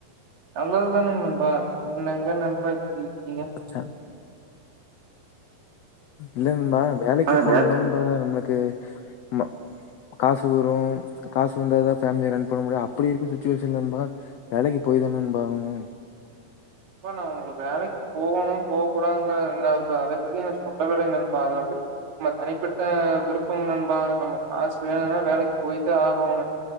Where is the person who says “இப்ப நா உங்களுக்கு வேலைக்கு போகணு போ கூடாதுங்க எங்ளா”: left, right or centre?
Right